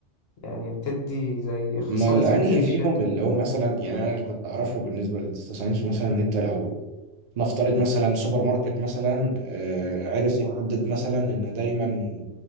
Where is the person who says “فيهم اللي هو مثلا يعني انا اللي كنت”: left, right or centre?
Right